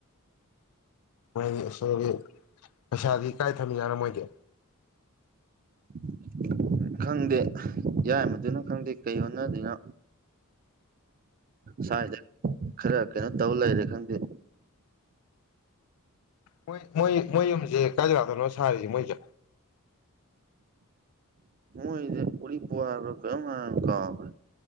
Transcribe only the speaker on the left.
ꯃꯣꯏꯗꯤ ꯁꯣꯒꯤ ꯄꯩꯁꯥꯗꯤ ꯀꯥꯏ ꯊꯝꯃꯤ ꯌꯥꯥꯠꯅꯣ ꯃꯣꯏꯗꯤ
ꯃꯣꯏ ꯃꯣꯏ ꯃꯣꯏ ꯌꯨꯝꯁꯦ ꯀꯥꯏꯗꯒꯥꯗꯅꯣ ꯁꯥꯔꯤꯁꯦ ꯃꯣꯏꯁꯦ